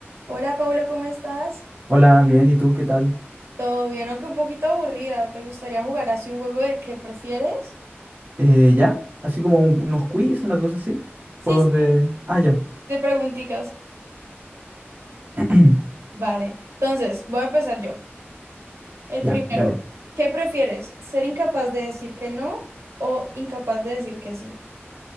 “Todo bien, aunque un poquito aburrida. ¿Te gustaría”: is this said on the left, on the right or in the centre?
Right